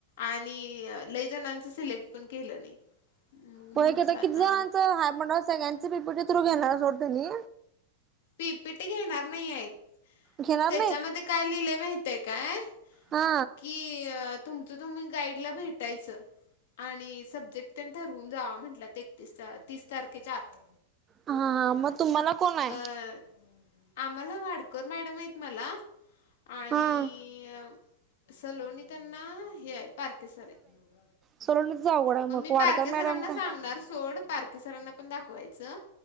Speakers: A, on the left; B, on the right.
A: आणि लई जणांचं सिलेक्ट पण केलं नाही. मग
B: पण
A: म्हंटलं
B: हे केता किती
A: आता
B: जणांचं हाय मंडळं सगळ्यांचा पी पी टी थ्रू घेणार सोडते नी.
A: पी पी टी घेणार नाही आहेत.
B: घेणार
A: त्याच्यामध्ये
B: नाहीत
A: काय लिहिलं माहितय काय
B: हा
A: की अ तुमचं तुम्ही गाईडला भेटायचं. आणि सब्जेक्ट तेन ठरवून जावा म्हटलं ते एकतीस तीस तारखेच्या आत.
B: हा हा म तुम्हाला कोण आहे?
A: <unintelligible> आम्हाला वाडकर मॅडम आहेत मला. आणिय
B: हा
A: सलोनी त्यांना हे आहेत पारके सर आहेत
B: सोडवणीच अवघड आहे
A: मग मी
B: वाडकर
A: पारके
B: मॅडम
A: सरांना
B: काय
A: सांगणार सोड पार के सरांना पण दाखवायचं